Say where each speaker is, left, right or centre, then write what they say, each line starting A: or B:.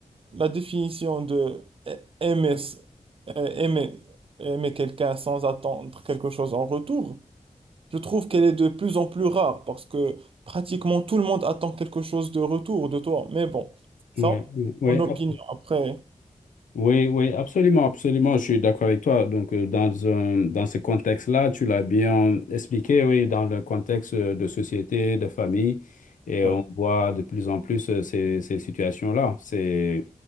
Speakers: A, on the right; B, on the left.
A: la définition de a- aimer, euh, aimer, aimer quelqu'un sans attendre quelque chose en retour, je trouve qu'elle est de plus en plus rare parce que pratiquement tout le monde attend quelque chose de retour de toi. Mais bon, ça,
B: Ouais, ouais,
A: mon opinion.
B: ab-
A: Après,
B: ouais, ouais, absolument, absolument, je suis d'accord avec toi. Donc, euh, dans, un- dans ce contexte-là, tu l'as bien expliqué, oui, dans le contexte euh, de société, de famille, et
A: ouais,
B: on voit de plus en plus euh, ces, ces situations-là. C'est,